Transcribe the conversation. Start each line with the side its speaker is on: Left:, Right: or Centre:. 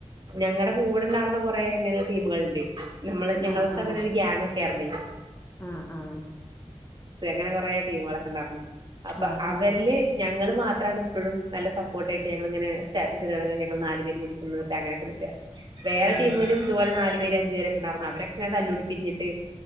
Right: ഞങ്ങടെ കൂടെണ്ടാർന്ന ന്ന കുറേ ഇങ്ങനെ ടീമുകൾ ഉണ്ട് ണ്ട് നമ്മൾ ഞങ്ങൾക്ക്
Left: ആഹ് ആഹ്
Right: ഒരു ഗ്യാങ്ങ്ക്കാർന്നേ <inaudible>
Left: ആഹ് ആഹ്
Right: അങ്ങനെ കുറെ ടീമുകൾ ഒക്കെ ഉണ്ടായിരുന്നു അപ്പ
Left: ആഹ് ആഹ്
Right: അവരിലെ ഞങ്ങൾ മാത്രമാണ് ഇപ്പോഴും നല്ല സപ്പോർട്ട് ആയിട്ട് ഞങ്ങൾ ഇങ്ങനെ സ്റ്റാറ്റസ് ഇടാണെങ്കിൽ ഞങ്ങൾ നാലുപേരും കൂടെ ചെന്ന് അങ്ങനെ നിൽക്കാം ഒരു
Left: ആഹ്
Right: ടീമിലും ഇതുപോലെനാലുപേര് അഞ്ചു പേര് രും ഉണ്ടായിരുന്നു അവരൊക്കെ ഇങ്ങനെ തല്ലൂടി പിരിഞ്ഞിട്ട്